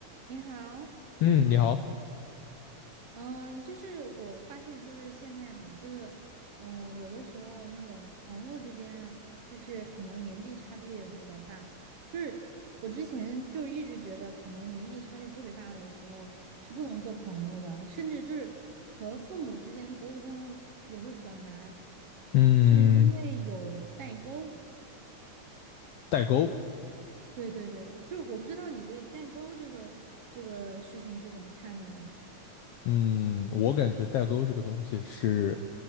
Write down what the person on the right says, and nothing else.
你好，
嗯，就是我发现，就是现在嘛，就是，嗯，有的时候那种朋友之间，就是可能年纪差距也会比较大。就是我之前就是一直觉得，可能年纪差距特别大的时候是不能做朋友的，甚至就是和父母之间沟通也会比较难，
是因为有代沟。
对对对，就是我不知道你对代沟这个这个事情是怎么看的呢？